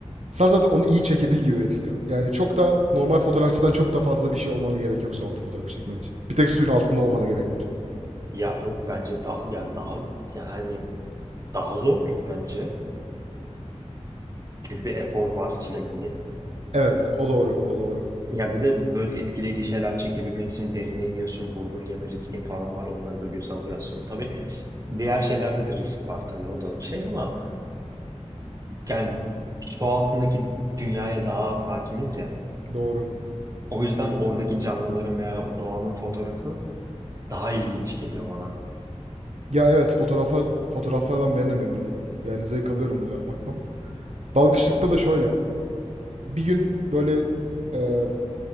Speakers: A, on the right; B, on the right.
A: Sen zaten onu iyi çekebil diye üretiliyor. Yani çok da normal fotoğrafçıdan çok da fazla bir şey olmanı gerek yok su altı fotoğrafı çekmen için. Bir tek suyun altında olmana gerek var.
B: Ya yok bence daha yani daha yani hani daha zor bence. Çünkü bir efor var sürekli.
A: Evet, o doğru, o doğru.
B: Ya bir de böyle etkileyici şeyler çekebilmek için derine iniyorsun, vurgun yeme riskin falan var, onları da göze alıyorsun. Tabii diğer şeylerde de risk var tabii o da şey ama yani su altındaki dünyaya daha az hakimiz ya.
A: Doğru.
B: O yüzden oradaki canlıların veya o doğanın fotoğrafı daha ilginç geliyor bana.
A: Ya evet, fotoğraflar fotoğraflardan ben de memnunum. Yani zevk alıyorum bunu yapmaktan. Dalgıçlıkta da şöyle. Bir gün böyle e,